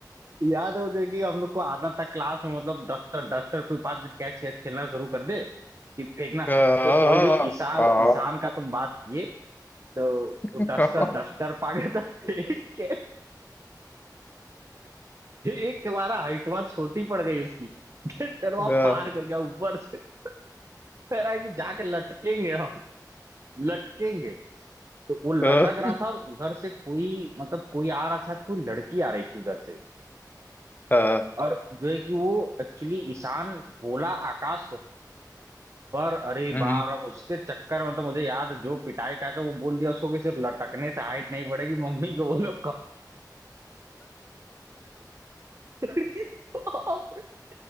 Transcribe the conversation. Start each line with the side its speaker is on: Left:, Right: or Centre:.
Right: याद है वो जो है कि हम लोग को आदत था क्लास में मतलब डस्टर डस्टर कोई पास में कैच कैच खेलना शुरू कर दे कि फेंकना
Left: हाँ
Right: तो वही जो ईशान
Left: हाँ हाँ,
Right: ईशान का तुम बात किए तो
Left: <laughs>
Right: डस्टर
Left: हाँ
Right: डस्टर पागे तो फेंक के एक हमारा हाइट वहां छोटी पड़ गई उसकी डस्टर वहां
Left: हाँ,
Right: पार कर गया ऊपर से कह रहा है कि जाके लटकेंगे हम लटकेंगे तो वो लटक
Left: हाँ,
Right: रहा था और उधर से कोई मतलब कोई आ रहा था कोई लड़की आ रही थी उधर से
Left: हाँ,
Right: और जो है कि वो एक्चुअली ईशान बोला आकाश को था पर अरे
Left: हम्म।
Right: बाप रे उसके चक्कर में तो मुझे याद है, जो पिटाई का था वो बोल दिया उसको कि सिर्फ लटकने से हाइट नहीं बढ़ेगी मम्मी को बोलो कंप्लेंट <laughs>